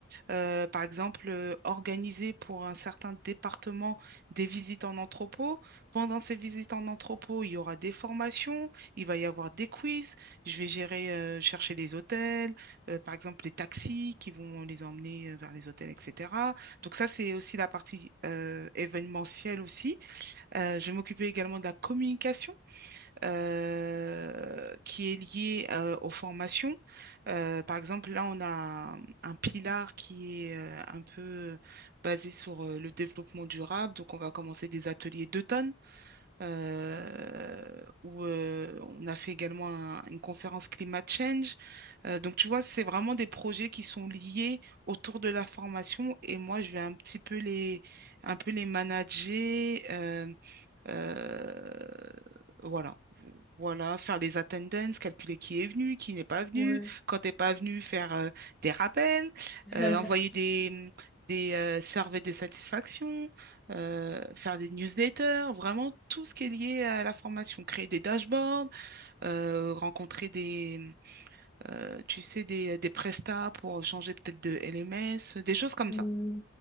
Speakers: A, on the right (about 50°); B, in the centre.
A: Euh, par exemple, euh, organiser pour un certain département des visites en entrepôt. Pendant ces visites en entrepôt, il y aura des formations, il va y avoir des quiz. Je vais gérer, euh, chercher les hôtels, euh, par exemple, les taxis qui vont les emmener euh, vers les hôtels, etc. Donc ça, c'est aussi la partie euh, événementielle aussi. Euh, je vais m'occuper également de la communication euh, qui est lié euh, aux formations. Euh, par exemple, là, on a un, un pilar qui est euh, un peu basé sur euh, le développement durable. Donc, on va commencer des ateliers d'automne euh, où euh, on a fait également un- une conférence Climate Change. Euh, donc, tu vois, c'est vraiment des projets qui sont liés autour de la formation et moi, je vais un petit peu les, un peu les manager. euh, euh, voilà. Voilà, faire les attendances, calculer qui est venu, qui n'est pas venu,
B: Ouais.
A: quand t'es pas venu, faire euh, des rappels,
B: <laughs>
A: euh, envoyer des, des euh, surveys de satisfaction, euh, faire des newsletters, vraiment tout ce qui est lié à la formation, créer des dashboards, euh, rencontrer des, euh, tu sais, des, des prestats pour changer peut-être de LMS, des choses comme
B: Hmm.
A: ça.